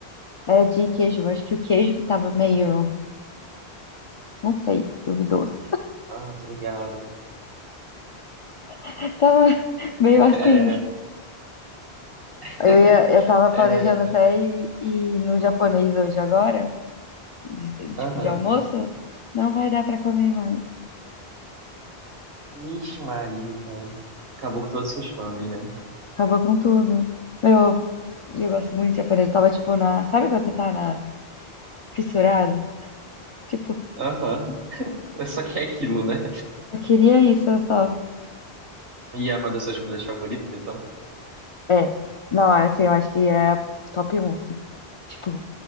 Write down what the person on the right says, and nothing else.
Ah, tô ligado.
É, <laughs>
é,
Aham.
Vixe Maria, cara. Acabou com todos os seus planos, né?
Aham. É Só que é aquilo, né?
E é uma das suas comidas favoritas, então?